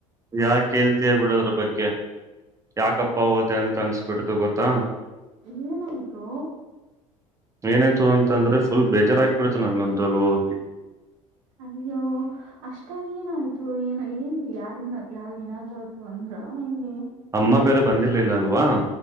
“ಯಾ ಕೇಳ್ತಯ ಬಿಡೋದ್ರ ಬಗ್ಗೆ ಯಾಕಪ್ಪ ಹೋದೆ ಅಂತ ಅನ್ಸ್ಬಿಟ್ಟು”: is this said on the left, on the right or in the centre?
Right